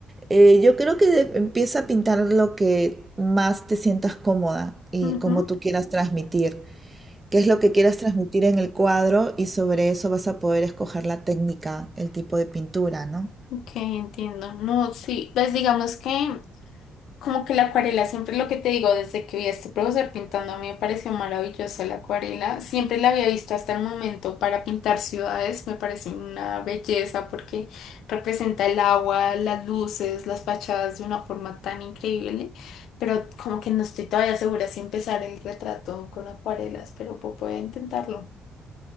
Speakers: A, on the right; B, on the left.
A: Eh, yo creo que de- empieza a pintar lo que más te sientas cómoda y
B: Ujú.
A: cómo tú quieras transmitir, qué es lo que quieras transmitir en el cuadro y sobre eso vas a poder escoger la técnica, el tipo de pintura, ¿no?
B: Ok, entiendo. No, sí, pues digamos que Como que la acuarela, siempre lo que te digo, desde que vi a este profesor pintando, a mí me pareció maravillosa la acuarela. Siempre la había visto hasta el momento para pintar ciudades, me parece una belleza porque representa el agua, las luces, las fachadas de una forma tan increíble. Pero como que no estoy todavía segura si empezar el retrato con acuarelas, pero puedo poder intentarlo.